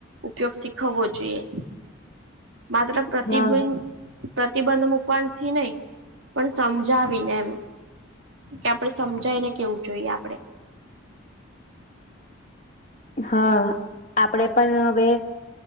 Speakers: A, on the right; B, on the left.
A: ઉપયોગ શીખવવો જોઈએ માત્ર પ્રતિબિ
B: હા
A: પ્રતિબંધ મૂકવાથી નહી પણ સમજાવીને એમ કે આપડે સમજાય ને કેવું જોઈએ આપડે
B: હા આપડે પણ હવે